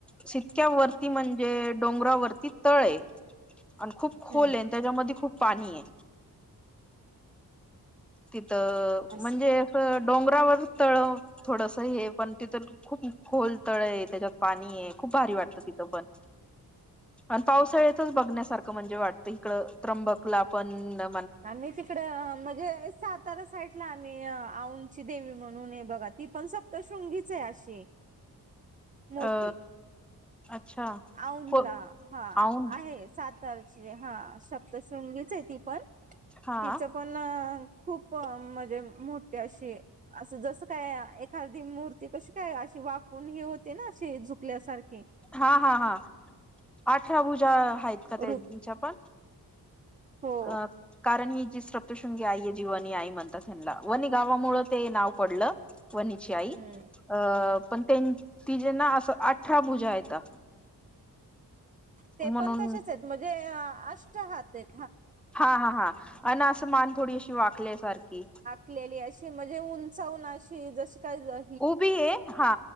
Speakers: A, in the centre; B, on the right (about 20°).
A: जीतक्यावरती म्हणजे डोंगरावरती तळय आण खूप खोल
B: हम्म
A: ये अन् त्याज्यामध्ये खूप पाणी ये. तिथं
B: असं
A: म्हणजे असं डोंगरावर तळ थोडस हे पण तिथं खूप खोल तळ ये त्याज्यात पाणी ये खूप भारी वाटतं तिथं पण आण पावसाळ्यातच बघण्यासारखं म्हणजे वाटतं इकड त्र्यंबकला पण अ
B: आम्ही तिकड म्हणजे सातारा साइडला आम्ही अ आऊ ची देवी म्हणून ये बघा ती पण सप्तशृंगीच हाय अशी मोठी
A: अ अच्छा.
B: औंधला
A: हो
B: हा
A: औंध
B: आहे सातारची हा शप्दशृंगीचय ती पण
A: हा
B: तिचं पण अ खूप म्हणजे मोठी अशी असं जसं काय एखादी मूर्ती कशी काय अशी वाकुन हे होते ना अशी झुकल्यासारखे
A: हा हा हा अठरा भुजा हायत का त्यांच्या
B: रूप
A: पण?
B: हो.
A: अ कारण ही जी स्रप्तशृंगी आई ये जी वनी आई म्हणतात ह्यांनला वनी गावामुळे ते नाव पडलं. वणीची आई
B: हम्म
A: अं पण त्यान तिजे ना असं अठरा भुजा हायता.
B: ते
A: म्हणून
B: पण तसेच आहेत म्हणजे अष्ट हात येत.
A: हा हा हा अन् असं मान थोडी अशी वाकल्या सारखी.
B: कलेली अशी म्हणजे उंचावून अशी जशी काय अ
A: उभी ये हा